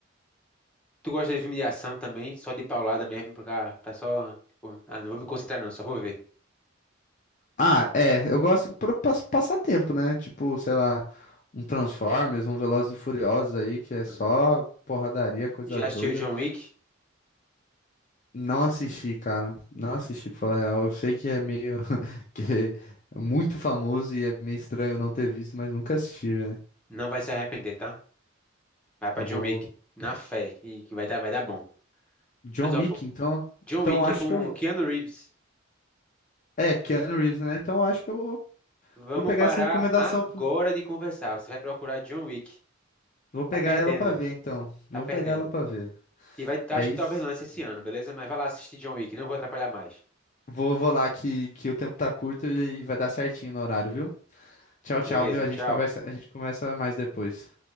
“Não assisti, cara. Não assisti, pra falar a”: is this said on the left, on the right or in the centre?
Left